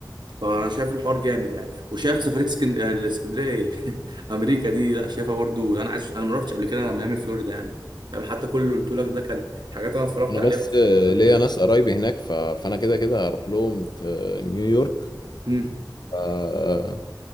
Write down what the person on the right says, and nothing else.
فانا شايف الحوار جامد يعني وشايف سفريه اسكند... آه، الاسكندريه ايه <laughs> امريكا دي لا شايفها برضو انا عايز انا ما رحتش قبل كده انا ميامي فلوريدا يعني فاهم حتى كل اللي قلت لك ده كان حاجات انا اتفرجت
عليها
وسمعتها
قبل
كده
امم